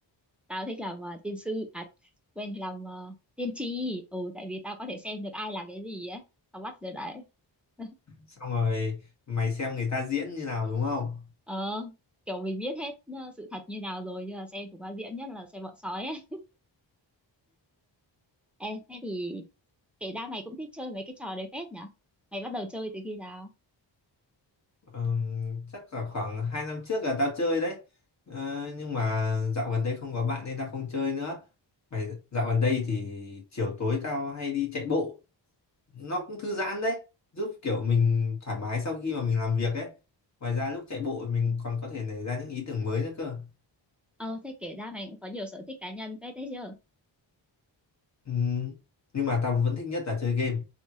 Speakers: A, in the centre; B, on the left.
A: tao thích làm ờ, tiên sư à quên làm ờ, tiên tri ừ tại vì tao có thể xem được ai là cái gì á tao bắt được đấy <laughs>
B: xong rồi mày xem người ta diễn như nào đúng không
A: ờ kiểu mình biết hết ờ, sự thật như nào rồi nhưng mà xem chúng nó diễn nhất là xem bọn sói ấy Ê, thế thì kể ra mày cũng thích chơi mấy cái trò đấy phết nhở mày bắt đầu chơi từ khi nào
B: Ờm, chắc là khoảng 2 năm trước là tao chơi đấy Ờ, nhưng mà dạo gần đây không có bạn nên tao không chơi nữa mày dạo gần đây thì chiều tối tao hay đi chạy bộ nó cũng thư giãn đấy giúp kiểu mình thoải mái sau khi mà mình làm việc ấy ngoài ra lúc chạy bộ mình còn có thể nảy ra những ý tưởng mới nữa cơ
A: ờ thế kể ra mày cũng có nhiều sở thích cá nhân phết đấy chứ
B: Ừm, nhưng mà tao vẫn thích nhất là chơi game